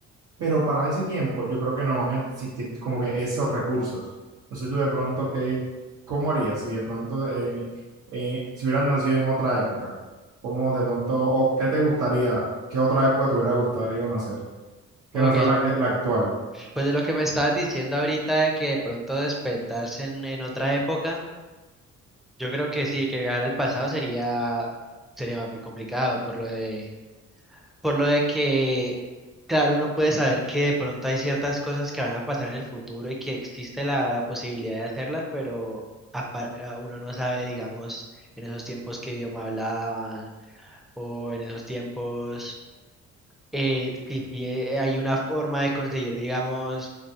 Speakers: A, on the right (about 70°); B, in the centre.
A: pero para ese tiempo yo creo que no van a existir como que esos recursos. No sé tú de pronto qué, cómo harías si de pronto eh, eh, si hubieras nacido en otra época, cómo de pronto, o qué te gustaría, qué otra época te hubiera gustado nacer, que
B: Ok,
A: no sea la, que, la actual.
B: pues de lo que me estabas diciendo ahorita de que de pronto despertarse en, en otra época. Yo creo que sí, que viajar al pasado sería, sería muy complicado por lo de, por lo de que, claro, uno puede saber que de pronto hay ciertas cosas que van a pasar en el futuro y que existe la, la posibilidad de hacerlas, pero apa- a- uno no sabe, digamos, en esos tiempos qué idioma hablaban o en esos tiempos eh, si, si eh, hay una forma de conseguir, digamos,